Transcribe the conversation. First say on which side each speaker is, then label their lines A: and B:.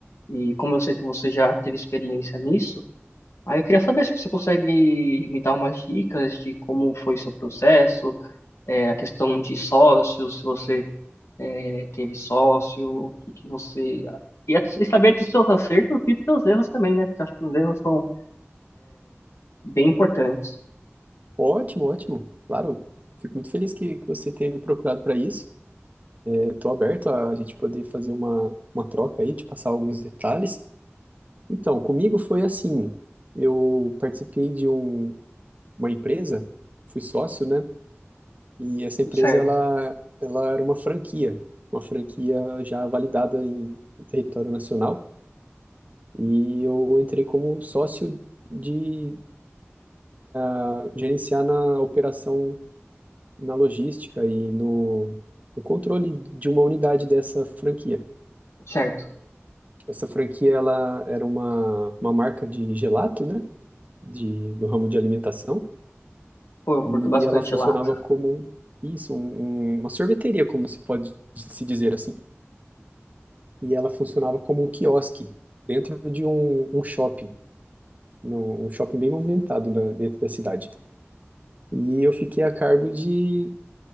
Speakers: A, on the left (about 70°); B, on the right (about 35°).
A: e como eu sei que você já teve experiência nisso, Aí eu queria saber se você consegue me dar umas dicas de como foi seu processo, é, a questão de sócios, se você é, teve sócio, o que que você... ah, E a- e saber dos seus acertos e dos seus erros também, né? Porque acho que os erros são bem importantes.
B: Ótimo, ótimo. Claro, fico muito feliz que, que você tenha me procurado para isso. Estou aberto a gente poder fazer uma, uma troca aí, te passar alguns detalhes. Então, comigo foi assim: eu participei de um, uma empresa, fui sócio, né? E essa empresa
A: Certo,
B: ela, ela era uma franquia, uma franquia já validada em, em território nacional. E eu entrei como sócio de ah, gerenciar na operação na logística e no, no controle de uma unidade dessa franquia.
A: certo.
B: Essa franquia ela era uma, uma marca de gelato, né? De, do ramo de alimentação,
A: Pô, eu curto
B: e
A: bastante
B: ela funcionava
A: Lato.
B: como isso, um- um- uma sorveteria, como se pode se dizer assim. E ela funcionava como um quiosque dentro de um, um shopping, num- um shopping bem movimentado na- dentro da cidade. E eu fiquei a cargo de